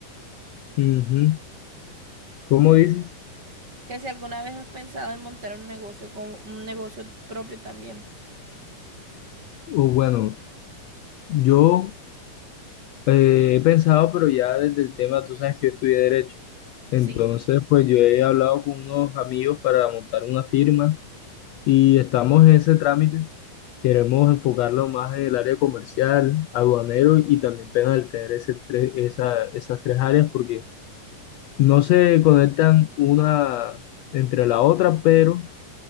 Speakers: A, on the left (about 70°); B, on the right (about 30°).
A: Ujú. ¿Cómo dices?
B: Que si alguna vez has pensado en montar un negocio con un negocio propio también.
A: O bueno, yo eh, he pensado, pero ya desde el tema, tú sabes que yo estudié derecho. Entonces,
B: Sí.
A: pues yo he hablado con unos amigos para montar una firma y estamos en ese trámite. Queremos enfocarlo más en el área comercial, aduanero y también penal, tener ese tres- esa- esas tres áreas porque no se conectan una entre la otra, pero